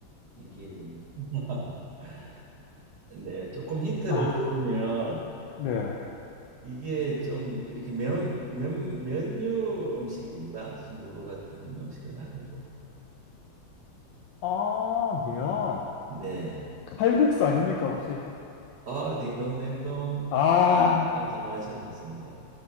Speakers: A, on the right; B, on the left.
A: 이게 <laughs> 네, 조금 힌트를
B: 아,
A: 드리면
B: 네.
A: 이게 좀 이렇게 면, 면, 면류 음식입니다. 순두부 같은 음식은 아니고.
B: 아, 미안.
A: 네.
B: 칼국수 아닙니까, 혹시?
A: 아, 딩동댕동.
B: 아,
A: 아, 잘 맞춰주셨습니다.